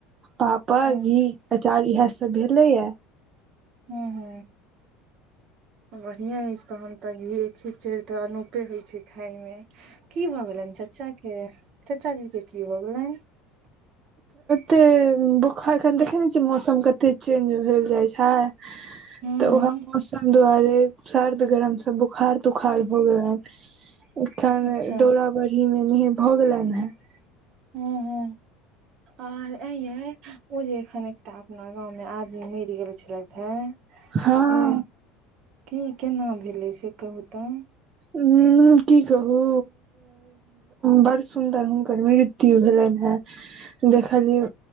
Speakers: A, on the right; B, on the right.
A: पापड़
B: हूं
A: घी अचार इएह सब भेलेएा
B: हू हू बढ़िया अछि तहन तऽ घी खेच चढ़ ते अनूपे होइ छै खाय मे की भाव गेलनि चा्चा के चाचाजी के की भऽ गेलनि
A: त ब <inaudible> एखन देखे ने छियै मौसम कते चेंज भेल जाय छै
B: हूं
A: तऽ ओह मौसम दुआारे सर्द गरम से बुखार तुखार भ गेलनि एठन
B: अच्छा
A: दौड़ बी मेे भऽ गेलनि हेँत <unintelligible>
B: हू हू आर ए ये ओ जे एखन एकटा अपना गांव मे आदमी मरि गेल छलथि हे
A: हँ
B: से की केना भेलै से कहू तऽ
A: उ की कहू बड़ सुदर हुनकर मृत्यु भेलय हन
B: <inaudible>
A: देखलिय